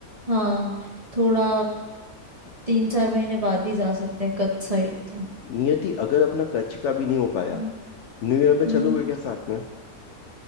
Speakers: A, on the right; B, on the left.
A: हाँ थोड़ा तीन चार महीने बाद ही जा सकते हैं कच्छ साइड तो
B: नियति अगर अपना कच्छ का भी नहीं हो पाया
A: हम्म
B: न्यू ईयर पे
A: हम्म
B: चलोगे क्या साथ में